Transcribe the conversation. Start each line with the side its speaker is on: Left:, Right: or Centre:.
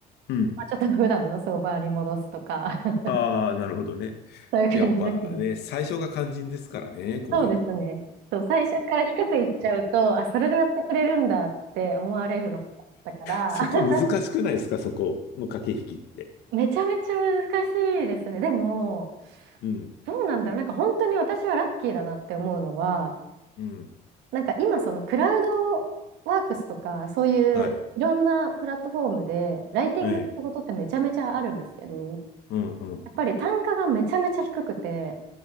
Left: うん。
Right: まあ、ちょっと普段の相場に戻すとか <laughs>
Left: ああー、なるほどね。
Right: そういう感じですね。
Left: やっぱね、最初が肝心ですからね、こういうのは。
Right: そうですね。そう、最初から低くいっちゃうと、あ、それでやってくれるんだって思われるのだったから、
Left: そこ難しくないですか、
Right: <laughs>
Left: そこの駆け引きって。
Right: めちゃめちゃ難しいですね。でも、
Left: うん、
Right: どうなんだろう。なんか本当に私はラッキーだなって思うのは、
Left: うん、
Right: なんか今そのクラウドワークスとか、そういういろんなプラットフォームで、
Left: はい。
Right: ライティングの仕事ってめちゃめちゃあるんですけど、
Left: ええ、うん、うん。
Right: やっぱり単価がめちゃめちゃ低くて、